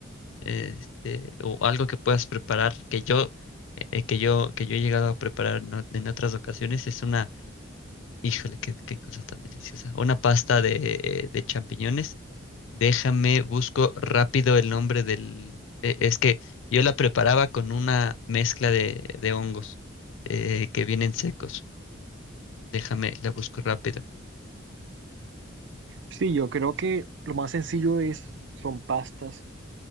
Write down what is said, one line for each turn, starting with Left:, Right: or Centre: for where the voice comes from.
Left: este, o algo que puedas preparar, que yo, eh, que yo, que yo he llegado a preparar en, o- en otras ocasiones, es una, híjole, qué, qué cosa tan deliciosa, una pasta de, eh, de champiñones. Déjame, busco rápido el nombre del, e- es que yo la preparaba con una mezcla de, de hongos eh, que vienen secos. Déjame, la busco rápido.
Right: Sí, yo creo que lo más sencillo es, son pastas